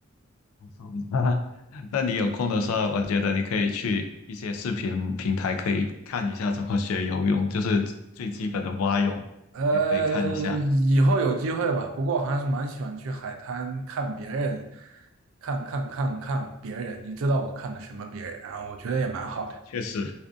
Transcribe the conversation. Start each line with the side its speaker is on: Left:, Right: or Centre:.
Left: 好吧 <laughs> 那你有空的时候，我觉得你可以去一些视频平台可以看一下怎么学游泳，就是最基本的蛙泳，
Right: 呃，
Left: 也可以看一下。
Right: 以后有机会吧。不过我还是蛮喜欢去海滩看别人，看看看看别人。你知道我看的什么别人啊？我觉得也蛮好的。
Left: 确实，